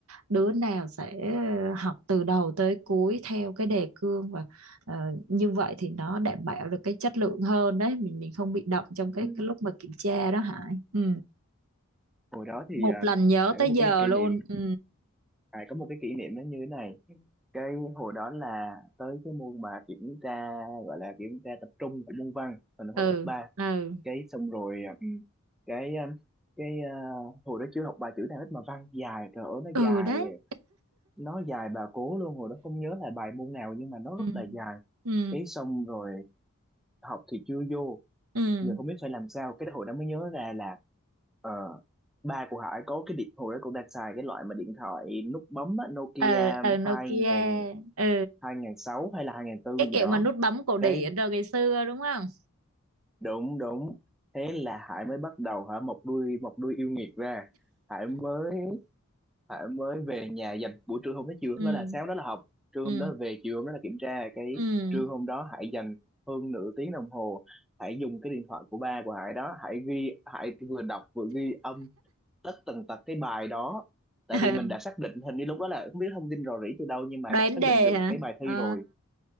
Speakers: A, on the right (about 80°); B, in the centre.
A: đứa nào sẽ học từ đầu tới cuối theo cái đề cương và ờ, như vậy thì nó đảm bảo được cái chất lượng hơn đấy mình mình không bị động trong cái,
B: Ừ.
A: cái lúc mà kiểm tra đó Hải ừ.
B: Hồi đó thì
A: một
B: à,
A: lần nhớ
B: Hải
A: tới
B: có một
A: giờ
B: cái kỷ
A: luôn
B: niệm
A: ừ
B: Hải có một cái kỷ niệm nó như thế này cái hồi đó là tới cái môn mà kiểm tra gọi là kiểm tra tập trung của môn văn hồi hồi
A: ừ
B: lớp ba
A: ừ
B: cái xong rồi à, ừ, cái à, cái à, hồi đó chưa học bài chữ nào hết mà văn dài trời ơi nó
A: ừ
B: dài
A: đấy
B: nó dài bà cố luôn hồi đó không nhớ là bài môn nào nhưng mà nó
A: ừ
B: rất là dài
A: ừ
B: cái xong rồi học thì chưa vô
A: ừ
B: giờ không biết phải làm sao cái đó hồi đó mới nhớ ra là ờ, ba của Hải có cái điện hồi đó cũng đang xài cái loại mà điện thoại nút bấm á, Nokia
A: ở ở Nokia
B: hai ngàn
A: ừ
B: hai ngàn sáu hay là hai ngàn tư
A: cái
B: gì
A: kiểu
B: đó
A: mà nút bấm cổ điển
B: cái
A: rồi ngày xưa đúng không
B: đúng đúng thế là Hải mới bắt đầu hả một đuôi một đuôi yêu nghiệt ra Hải mới Hải mới về nhà dành buổi trưa hôm đó chiều hôm
A: ừ
B: đó là sáng hôm đó là học trưa
A: ừ
B: hôm đó là về chiều hôm đó là kiểm tra cái
A: ừ
B: trưa hôm đó Hải dành hơn nửa tiếng đồng hồ Hải dùng cái điện thoại của ba của Hải đó Hải ghi Hải vừa đọc vừa ghi âm tất tần tật cái bài đó tại
A: ừ
B: vì mình đã xác định hình như lúc đó là không biết thông tin rò rỉ từ đâu nhưng mà
A: đoán
B: đã xác
A: đề
B: định được
A: hả
B: cái bài thi
A: à
B: rồi